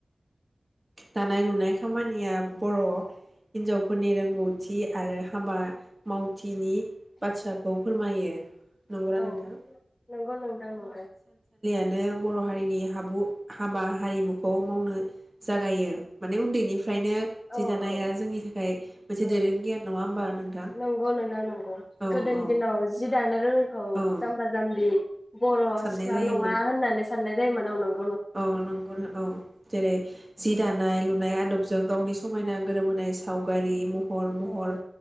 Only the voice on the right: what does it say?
दानाय लुनाय खामानिया बर' हिनजावफोरनि रोंगौ थि आरो हाबा मावथिनि बाथ्राखौ फोरमायो नंगौ ना
नोंथां
नो बर हारिनि हाबु हाबा हारिमुखौ मावनो जागायो माने उन्दैनिफ्रायनो जि
दानाया
जोंनि थाखाय मोनसे
दोरों गियान नङा होमबा नोंथां
औ
औ
औ
साननाय
जायोमोन
औ नंगौ औ जेरै जि दानाय लुनाय आदबजों गावनि समायना गोरोबोनाय सावगारि म हर महर